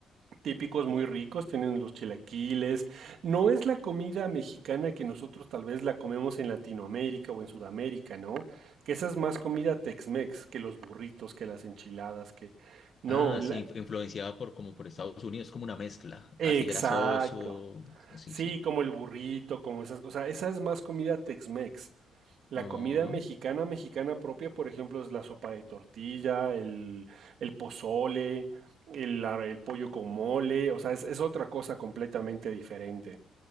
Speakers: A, on the right (about 65°); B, on the left (about 45°).
A: típicos muy ricos, tienen los chilaquiles. No es la comida mexicana que nosotros tal vez la comemos en Latinoamérica o en Sudamérica, ¿no? Que esa es más comida Tex-Mex que los burritos, que las enchiladas, que... No,
B: Ah,
A: la-
B: sí, inf- influenciada por como por Estados Unidos, como una mezcla,
A: exacto.
B: así grasoso. Sí,
A: Sí,
B: sí.
A: como el burrito, como esas, o sea, esa es más comida Tex-Mex. La
B: Ajá.
A: comida mexicana, mexicana propia, por ejemplo, es la sopa de tortilla, el, el pozole, el, la- el pollo con mole, o sea, es, es otra cosa completamente diferente.